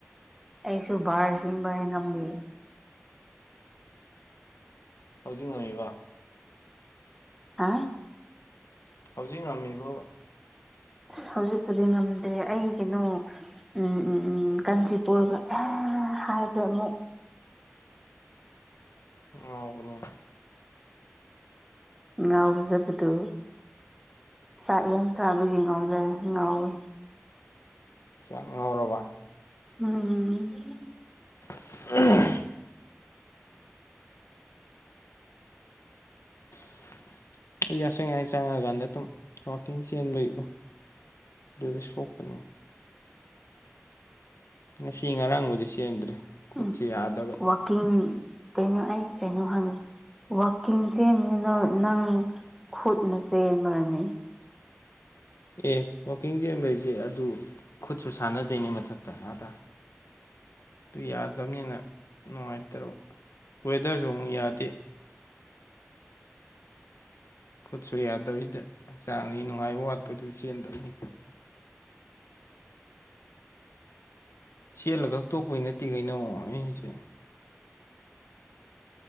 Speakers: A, in the centre; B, on the left.
A: ꯑꯩꯁꯨ ꯕꯥꯥꯔ ꯆꯤꯡꯕ <unintelligible>
B: ꯍꯧꯖꯤꯛ ꯉꯝꯃꯤꯕꫭ
A: ꯍꯥ
B: ꯍꯧꯖꯤꯛ ꯉꯝꯃꯤꯕꯣ
A: ꯑꯁ ꯍꯧꯖꯤꯛꯄꯨꯗꯤ ꯉꯝꯗ꯭ꯔꯦ ꯑꯩ ꯀꯩꯅꯣ ꯎꯝ ꯎꯝ ꯎꯝ ꯀꯥꯟꯆꯤꯄꯨꯔꯒ <unintelligible> <unintelligible> ꯍꯥꯏꯕ ꯑꯃ
B: <inaudible> ꯉꯥꯎꯕꯅꯦ
A: ꯉꯥꯎꯖꯕꯗꯣ ꯆꯥꯛ ꯌꯥꯝ ꯆꯥꯕꯒꯤ ꯉꯥꯎꯖꯩ ꯉꯥꯎꯋꯤ
B: ꯆꯥꯛ ꯉꯥꯎꯔꯕ
A: ꯎꯝ
B: <unintelligible> <inaudible> ꯌꯥꯆꯪ ꯌꯥꯆꯪꯉꯀꯥꯟꯗ ꯑꯗꯨꯝ ꯋꯥꯛꯀꯤꯡ ꯆꯦꯟꯕꯒꯤꯀꯣ ꯗꯨꯗ ꯁꯣꯛꯄꯅꯦ ꯉꯁꯤ ꯉꯔꯥꯡꯕꯨꯗꯤ ꯆꯦꯟꯗ꯭ꯔꯦ ꯈꯨꯠꯁꯦ
A: ꯎꯝ
B: ꯌꯥꯗꯕ
A: ꯋꯥꯛꯀꯤꯡ ꯀꯩꯅꯣ ꯑꯩ ꯀꯩꯅꯣ ꯍꯪꯉꯤ ꯋꯥꯛꯀꯤꯡ ꯆꯦꯟꯕꯖꯤ <unintelligible> ꯅꯪ ꯈꯨꯠꯅ ꯆꯦꯟꯕ꯭ꯔꯅꯦ
B: ꯑꯦ ꯋꯥꯀꯤꯡ ꯆꯦꯟꯕꯩꯖꯦ ꯑꯗꯨ ꯈꯨꯠꯁꯨ ꯁꯥꯟꯅꯗꯣꯏꯅꯦ ꯃꯊꯛꯇ ꯑꯥꯗ ꯗꯨ ꯌꯥꯗꯞꯅꯤꯅ ꯅꯨꯡꯉꯥꯏꯇ꯭ꯔꯕ ꯋꯦꯗꯔꯖꯨ ꯑꯃꯨꯛ ꯌꯥꯗꯦ ꯈꯨꯠꯁꯨ ꯌꯥꯗꯕꯤꯗ ꯍꯛꯆꯥꯡꯗꯤ ꯅꯨꯡꯉꯥꯏꯕ ꯋꯥꯠꯄꯗꯨ ꯆꯦꯟꯗꯝꯅꯤ ꯆꯦꯜꯂ ꯈꯛ ꯇꯣꯛꯄꯩ ꯅꯠꯇꯦ ꯀꯩꯅꯣ <unintelligible>